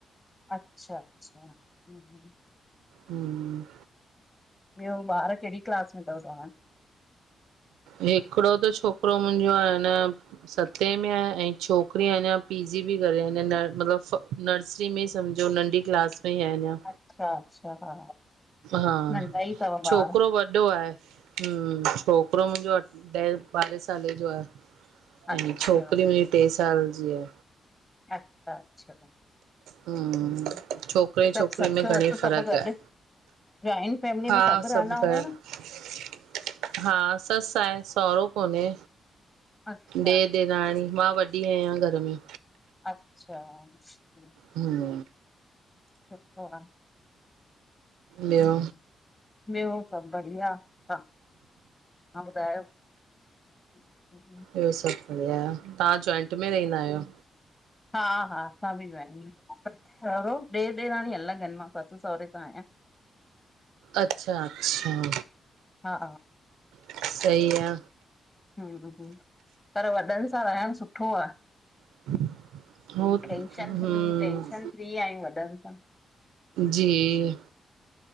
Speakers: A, on the left; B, on the right.
A: अच्छा अच्छ, हूं हूं।
B: हम्म
A: ॿियों ॿार कहिड़ी क्लास में तव तव्हां
B: हिकिड़ो त छोकिरो मुंहिंजो आ न सतें में आ ऐं छोकिरी अञां पीजी पई करे अञां मतिलब नरि नरिसरी में सम्झो नंढी क्लास में ई आहे अञां।
A: अच्छा अच्छा हा
B: हा,
A: नंढा ई अथव
B: छोकिरो
A: ॿार?
B: वॾो आहे। छोकिरो मुंजो अ ॾहें ॿारहें साले जो आहे,
A: अच्छा
B: ऐं छोकिरी टे साल जी आ।
A: अच्छा अच्छा।
B: हम्म,
A: हं,
B: छोकिरे छोकिरी
A: सभु ससु
B: में घणेई
A: वसु
B: फ़र्क़ु
A: सभु गॾु।
B: आहे।
A: जॉइंट फैमिली
B: हा
A: में सभु रहंदा
B: घर
A: हूंदा न?
B: हा, ससु आहे, सहुरो कोन्हे,
A: अच्छा
B: डेरु ॾेराणी, मां वॾी आहियां घर में।
A: अच्छा, अच्छा।
B: हम्म।
A: सुठो आ।
B: ॿियो?
A: ॿियो, सभु बढ़िया, हा तां ॿुधायो? <unintelligible>
B: ॿियो सभु बढ़िया, तां जॉइंट में रहंदा आहियो?
A: हा हा, असां बि जॉइंट, सहुरो? ॾेर ॾेराणी अलॻि आहिनि, मां ससु सहुरे सां आहियां।
B: अच्छा अच्छा,
A: हा
B: सही आ।
A: हूं हूं हूं, पर वॾनि सां रहणु सुठो आ।
B: <inaudible> hmm
A: Tension free, tension free आहियूं वॾनि सां।
B: जी।